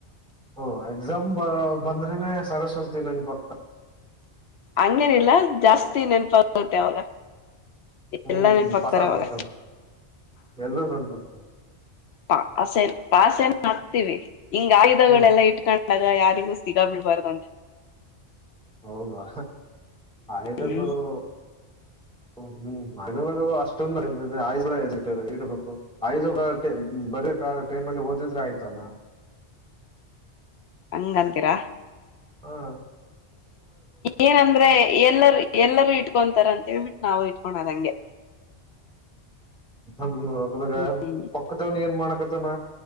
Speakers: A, in the centre; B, on the left.
A: ಓ ಎಕ್ಸಾಮ್ ಬ ಬಂದ್ರೆನೆ ಸರಸ್ವಸ್ತ ನಂಗ ಪಕ್ತ
B: ಹಂಗೇನಿಲ್ಲ ಜಾಸ್ತಿ ನೆನಪಾಗುತ್ತೆ ಅವಾಗ
A: ಹ್ಮ್
B: ಎಲ್ಲಾ ನೆನಪಾಗ್ತಾರ
A: ಬ
B: ಅವಾಗ
A: ಬಲ್ಲ ಎಲ್ಲೂ ನನ್ ಬಕ್ತದೆ
B: ಪಾಸ ಪಾಸ ನ ಹಾಕ್ತಿೀವಿ ಹಿಂಗ ಆಯುಧಗಳೆಲ್ಲ
A: ಹ್ಮ್
B: ಇಟ್ಕೊಂಡ ಇಗ ಯಾರಿಗೂ ಸಿಗಾ ಬಿಳ್ಬಾರ್ದಂತೆ
A: ಹೌದುವ ಆಯ್ದಾಗ
B: ಹ್ಮ್
A: ಹ ಹ್ಮ್ <unintelligible> ಹಣಗಳು ಅಷ್ಟೊಂದ ಆಯ್ದ ಇಡ್ಬೇಕು ಆಯ <unintelligible> ಬರ ಕಾಲ ಟೈಮ್ ಅಲ್ಲಿ ಓದಿದ್ರೆ ಆಯ್ತಲ್ಲ
B: ಹಂಗಂತೀರಾ
A: ಹಾ
B: ಏನಂದ್ರೆ ಎಲ್ಲರ ಎಲ್ಲರೂ ಇಟ್ಕೊಂತಾರಂತೆ ಹಳ್ಬಿಟ್ಟು ನಾವು ಇಟ್ಕೋದಂಗೆ
A: ನಮಾಗ
B: ಹ್ಮ್
A: ಪಕ್ಕದವನ್ ಏನ್ ಮಾಡಕತನ